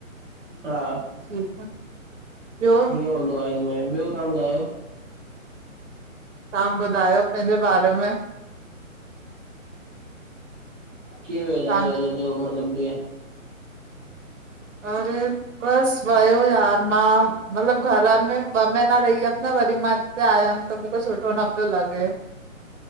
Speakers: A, in the centre; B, on the right.
A: हा।
B: ठीक आ, ॿियो?
A: ईअं हूंदो आहिन मैम, ॿियो तहां ॿुधायो?
B: तहां ॿुधायो पंहिंजे बारे में?
A: कीअं वियो तहांजो
B: तव्हां
A: अॼु जो मतिलबु ॾींहं?
B: और बसि वयो यार, मां मतिलबु घर में ॿ महीना रही हुयमि न वरी मां हिते आयम त मुखे सुठो न प्यो लॻे।